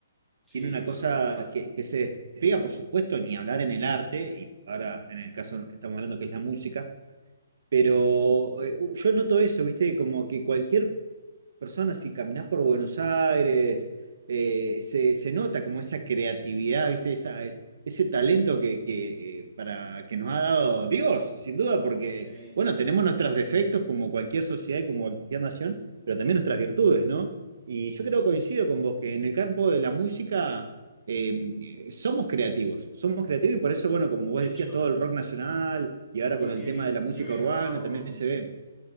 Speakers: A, in the centre; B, on the right (about 70°).
A: Sí,
B: Tiene una
A: absolutamente.
B: cosa que, que se despliega, por supuesto, ni hablar en el arte, y ahora en el caso en el que estamos hablando, que es la música. Pero eh, yo noto eso, ¿viste? Como que cualquier personas, si caminás por Buenos Aires, eh, se, se nota como esa creatividad, ¿viste? Esa, ese talento que, que, eh, para, que nos ha dado Dios, sin duda, porque,
A: Sí,
B: bueno, tenemos nuestros defectos como cualquier sociedad y como cualquier nación, pero también nuestras virtudes, ¿no? Y yo creo, coincido
A: sí.
B: con vos, que en el campo de la música... eh, somos creativos, somos creativos y por eso, bueno,
A: De
B: como vos
A: hecho,
B: decías, todo el rock nacional y ahora
A: yo
B: con el
A: que
B: tema de la música
A: yo he viajado,
B: urbana también se ve.